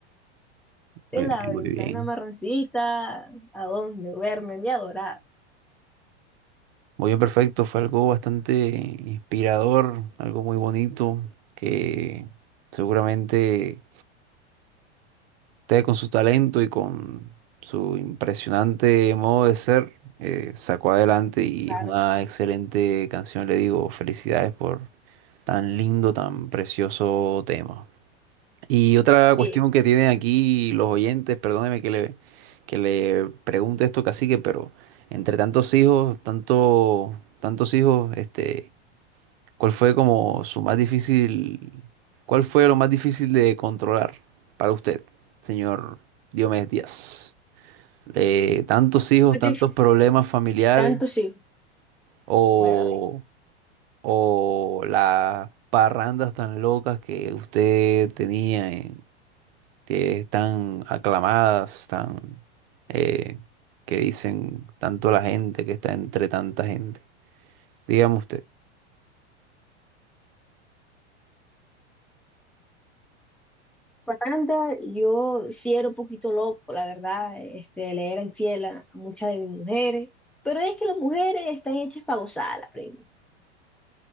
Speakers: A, on the right; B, in the centre.
A: muy
B: de la
A: bien,
B: ventana
A: muy bien.
B: marroncita, a donde duerme mi adorada.
A: Muy bien, perfecto. Fue algo bastante inspirador, algo muy bonito, que seguramente usted con su talento y con su impresionante modo de ser eh, sacó adelante y
B: Claro
A: es una excelente canción. Le digo, felicidades por tan lindo, tan precioso tema. Y otra cuestión
B: sí
A: que tienen aquí los oyentes, perdóneme que le, que le pregunte esto, cacique, pero entre tantos hijos, tanto, tantos hijos, este ¿Cuál fue como su más difícil, cuál fue lo más difícil de controlar para usted, señor Diomedes Díaz? Eh, ¿tantos hijos,
B: Más
A: tantos
B: difícil.
A: problemas familiares
B: tanto sí.
A: o,
B: Bueno,
A: o las parrandas tan locas que usted tenía, en- que están aclamadas, tan, eh, que dicen tanto la gente, que está entre tanta gente? Dígame usted.
B: Yolanda, yo sí era un poquito loco, la verdad, este, le era infiel a a muchas de mis mujeres, pero es que las mujeres están hechas para gozarla, primo.